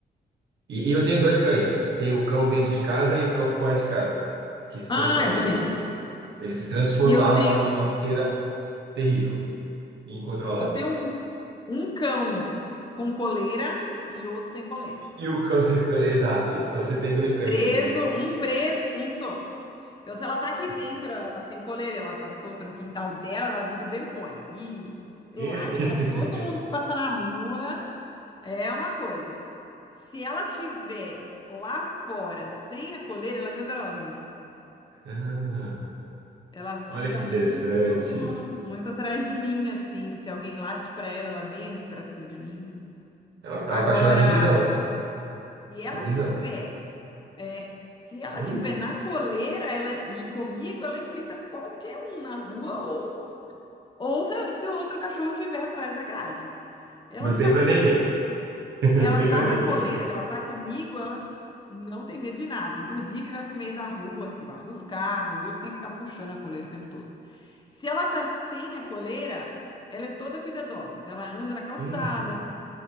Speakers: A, on the right; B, on the left.
A: E, e eu tenho dois cães. Eu tenho o cão dentro de casa e o cão fora de casa, que se
B: Ah,
A: transforma.
B: eu também.
A: Ele se transformava
B: E eu tenho,
A: numa cera terrível, incontrolável.
B: eu tenho um, um cão com coleira e outro sem coleira.
A: E o cão se... Exato, isso. Então você tem dois cães.
B: Preso,
A: aí.
B: um preso, um solto. Então, se ela tá aqui
A: Sim.
B: dentro, ela tá sem coleira, ela tá solta no quintal dela, ela vira o demônio. E late
A: <laughs>
B: pra todo mundo que passa na rua. É uma coisa. Se ela tiver lá fora sem a coleira, ela é medrosa.
A: Ah,
B: Ela fica
A: olha que
B: muito,
A: interessante.
B: muito atrás de mim, assim. Se alguém late pra ela, ela vem pra cima de mim.
A: É o,
B: Agora,
A: é o cachorro é de visão.
B: se ela
A: Tem visão.
B: tiver, é, se ela
A: Hum,
B: tiver na coleira, ela e comigo, ela enfrenta qualquer um na rua ou ou se, se o outro cachorro tiver atrás da grade. Ela
A: não
B: não
A: tem
B: tá
A: pra
B: nem
A: ninguém. <laughs> Não
B: Ela
A: tem
B: tá
A: pra ninguém.
B: na coleira, que ela tá comigo, ela não tem medo de nada. Inclusive, vai pro meio da rua, debaixo dos carros, eu que tenho que ficar puxando a coleira o tempo todo. Se ela tá sem a coleira, ela é toda cuidadosa. Então, ela anda na calçada,
A: Hum,